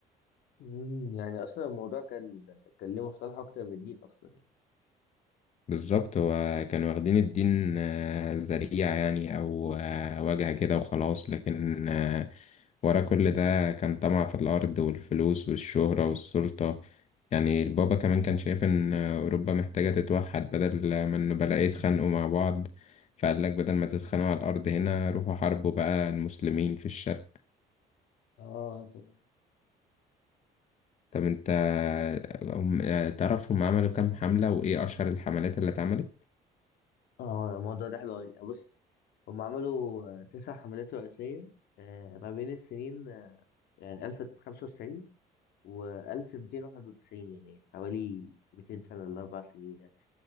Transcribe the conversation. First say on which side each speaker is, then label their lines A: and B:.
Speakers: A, on the left (about 75°); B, on the left (about 40°).
A: مم، يعني اصلا الموضوع كان كان ليه مصلحه اكتر من الدين اصلا يعني
B: بالظبط هو كانوا واخدين الدين آه، ذريعة يعني أو آه، واجهة كده وخلاص لكن آه، ورا كل ده كان طمع في الأرض والفلوس والشهرة والسلطة يعني البابا كمان كان شايف إن آه، أوروبا محتاجة تتوحد بدل ما إنه بلاقي يتخانقوا مع بعض فقال لك بدل ما تتخانقوا على الأرض هنا روحوا حاربوا بقى المسلمين في الشرق
A: اه تمام
B: طب أنت آه، هم- آه، تعرف هم عملوا كام حملة وإيه أشهر الحملات اللي اتعملت؟
A: اه الموضوع ده حلو قوي بص هم عملوا آه، تسع حملات رئيسيه آه، ما بين السنين آه، يعني 1095 و 1291 يعني حوالي 200 سنه ل 4 سنين يعني